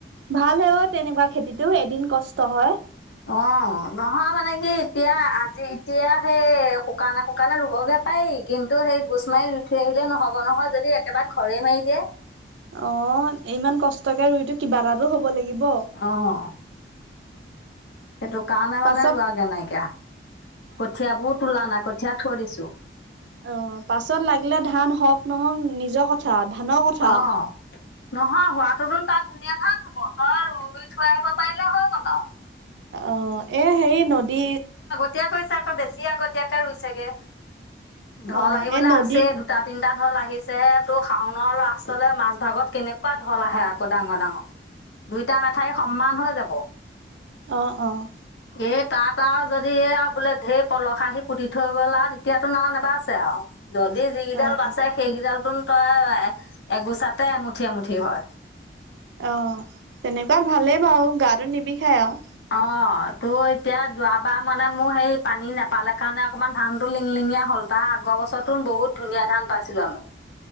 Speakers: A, on the right; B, on the left.
A: ভাল হে অ তেনেকুৱা খেতিতটো এদিন কষ্ট হয়।
B: অঁ নহয় মানে কি এতিয়া আজি এতিয়া সেই শুকানে শুকানে ৰুবগে। পায় কিন্তু সেই গোচ মাৰি ৰুই ঠৈ আহিলে নহব নহয় যদি একেবাৰে খৰে মাৰি দিয়ে।
A: অঁ ইমান কষ্টকে ৰুইতো কিবা এটাতো হ'ব লাগিব।
B: অঁ! সেইটো কাৰণে মানে
A: পাছত
B: ৰোৱাগে নাইকিয়া কঠিয়াবোৰ তোলা নাই কঠীয়া থৈ দিছোঁ।
A: অঁ পাছত লাগিলে ধান হওক নহওক নিজৰ কথা ধানৰ কথাও।
B: অ নহয় হোৱাটো তাত ধুনীয়া ধান হ'ব তই ৰুই থৈ আহিব পাৰিলে হৈ গ'ল আও
A: অঁ এ হেৰি নদী
B: এতিয়া কৈছে আকৌ বেছি আগতয়াকে ৰুইছেগে ঢল
A: অ
B: আহিবলে
A: এই নদী
B: আছে। দুটা তিনিটা ঢল আহিছেহে তোৰ শাওনৰ লৰাষ্টলে মাজ ভাগত কেনেকুৱা ঢল আহে আকৌ ডাঙৰ ডাঙৰ।
A: <inaudible>
B: দুইটা মেঠাই সমান হৈ যাব।
A: অঁ অঁ!
B: এই তাত আৰু যদি এই আৰু বোলে ঢেৰ পলস আহি পুতি থৈ গ'ল আও তেতিয়াতো না নেবাছে আও যদি যিকেইডাল
A: অ
B: বাচে
A: অ
B: সেইকেইডালটোন তই এগোচাতে এমুঠি এমুঠি হয়।
A: অঁ তেনেকুৱাত ভালেই বাৰু গাটো নিবিষায় আও
B: অঁ তো এতিয়া যোৱাবাৰ মানে মোৰ সেই পানী নাপালে কাৰণে অকনমান ধান টো লিঙ লিঙিয়ীয়া হ'ল। তা আগৰ বছৰতো বহুত ধুনীয়া ধান পাইছিলো আমি।